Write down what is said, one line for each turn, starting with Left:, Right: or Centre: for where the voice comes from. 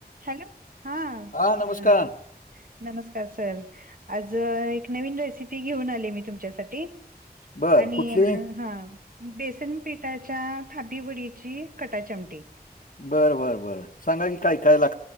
Right: Hello? हा,
Left: हा नमस्कार
Right: <unintelligible> नमस्कार सर. आज, एक नवीन रेसिपी घेऊन आले, मी तुमच्यासाठी.
Left: बर
Right: आणि
Left: कुठली
Right: हं बेसनपिठाच्या, थापी वडीची, कटाची आमटी.
Left: बरं बरं बरं, सांगा की, काय काय लाग